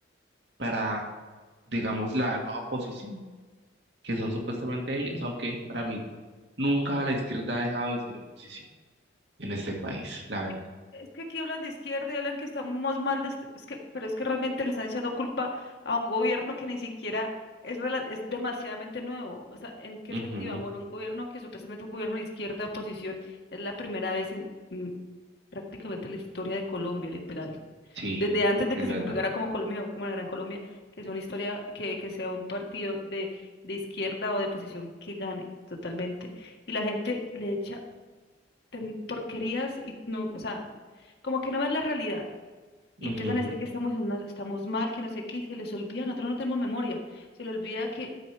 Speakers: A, on the right; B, on the left.
A: para, digamos, la nueva oposición, que son supuestamente ellos, aunque para mí nunca la izquierda ha dejado de ser oposición en este país, la verdad.
B: que- Es que aquí hablan de izquierda y hablan que estamos mal, de este- es que, pero es que realmente le están echando culpa a un gobierno que ni siquiera es, rela- es demasiadamente nuevo. O sea, ¿en qué sentido,
A: Ujú,
B: amor? Un gobierno que supuestamente un gobierno de izquierda de oposición es la primera vez en mm, prácticamente la historia de Colombia, literal.
A: sí,
B: Sí, Desde antes de
A: es
B: que
A: verdad.
B: se literal. configurara como Colombia o como la Gran Colombia, que sea una historia, que, que sea un partido de, de izquierda o de oposición que gane totalmente. Y la gente le echa ten- porquerías y no, o sea, como que no ven la realidad
A: Ujú,
B: y empiezan a decir que estamos, en una- estamos mal, que no sé qué, y se les olvida, nosotros no tenemos memoria, se les olvida que